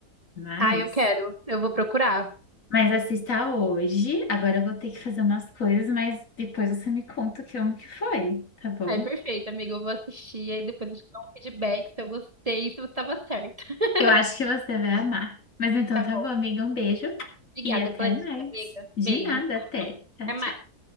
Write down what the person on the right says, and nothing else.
Ah, eu quero. Eu vou procurar.
Ai, perfeito, amiga. Eu vou assistir e depois eu te dou um feedback se eu gostei e se você estava certa. <laughs>
Tá
bom.
Obrigada
pela
dica, amiga.
Beijo.
Até
mais.